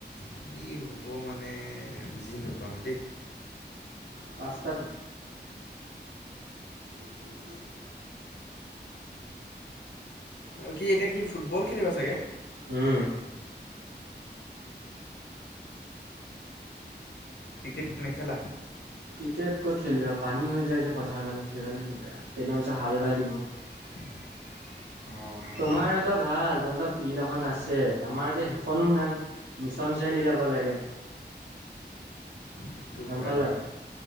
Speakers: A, on the left; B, on the right.
A: কি হ'ব মানে বুজি নাপাও দেই।
B: পাচতা উ।
A: অ', কি এতিয়া কি ফুটবল খেলিবা চাগে।
B: উম।
A: ক্ৰিকেট নেখেলা
B: ক্ৰিকেট ক'ত খেলিবা পানী হৈ যায় যে পথাৰডাল খেইডালতো বেয়া কেইদিনমানৰ পাছত হাল বাই দিব।
A: <inaudible> অঁ
B: তোমাৰটা ভাল তোমাৰো ফিল্ড এখন আছে আমাৰ যে সেইখনো নাই। মিছন চাৰিআলি যাব লাগে।
A: সেইটো
B: গম
A: হয়
B: পালা
A: বাৰু।